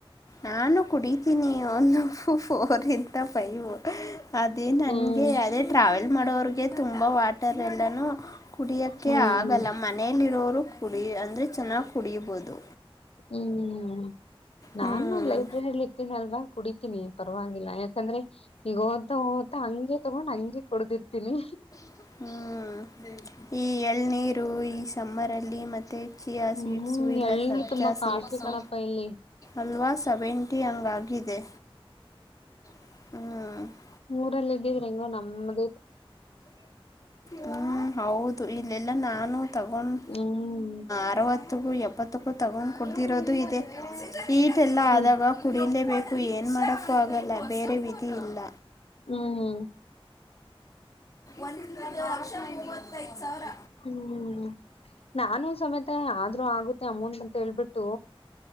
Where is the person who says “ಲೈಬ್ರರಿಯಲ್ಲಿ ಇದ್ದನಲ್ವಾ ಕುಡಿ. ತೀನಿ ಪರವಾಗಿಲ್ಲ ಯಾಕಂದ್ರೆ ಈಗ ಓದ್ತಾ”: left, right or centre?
Left